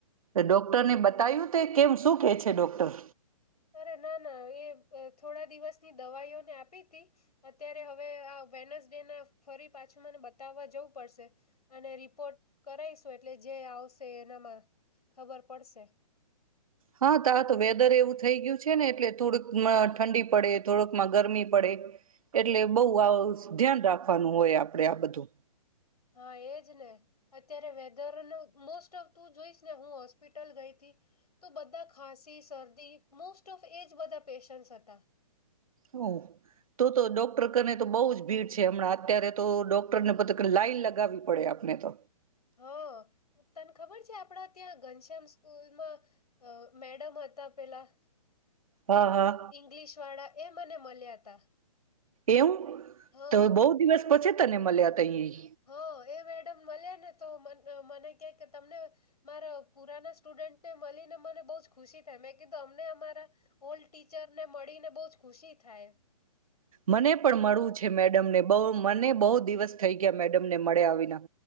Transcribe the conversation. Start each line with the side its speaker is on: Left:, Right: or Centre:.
Right: તો ડોક્ટરને બતાવ્યું તે કેમ શું કે છેે ડૉક્ટર?
Left: અરે નાના એ અહ થોડા દિવસની દવાઈઓ ના આપી હતી અત્યારે હવે આ વેન્સડે ફરી પાછું મને બતાવવા જવું પડશે. અને રિપોર્ટ કરાવશું એટલે જે આવશ તે એનામાં ખબર પડશે
Right: હા તારા તો વેધર એવું થઈ ગયું છે ને એટલે થોડુંક મ ઠંડી પડે થોડુંક માં ગરમી પડે એટલે બહુ આવ ધ્યાન રાખવાનું હોય આપડે આ બધું.
Left: હા, એજ ને અત્યારે વેધરનો મોસ્ટ ઓફ તું જોઈશ ને હું હોસ્પિટલ ગઈ હતી તો બધા ખાંસી શરદી મોસ્ટ ઓફ એજ બધા પેશન્ટ્સ હતા.
Right: હો તો તો ડોક્ટર કરને તો બહુ જ ભીડ છે હમણાં અત્યારે તો ડોક્ટરને પત્ર કે લાઈન લગાવવી પડે આપને તો.
Left: હ અહ તને ખબર છે આપડા ત્યાં ઘનશ્યામ સ્કૂલમાં અહ મેડમ હતા પેલા
Right: હા
Left: ઇં-ઇંગ્લિશ
Right: હા
Left: વાળા એ મને માલ્યા હતા.
Right: એવું?
Left: હા
Right: તો બહુ દિવસ પછી તને મલ્યા તા ઈ.
Left: હા એ મેડમ મલિયા ને તો મન મ મને કે કે તમને મારો પુરાના સ્ટુડન્ટને મલીને મને બહુ જ ખુશી થઈ. મેં કીધું અમને અમારા સ્કૂલ ટીચર ને મડ ડી ને બહુ જ ખુશી થાય.
Right: મને પણ મળવું છે મેડમ ને. બહુ મને બહુ દિવસ થઈ ગયા મેડમ ને મળ્યા વીના.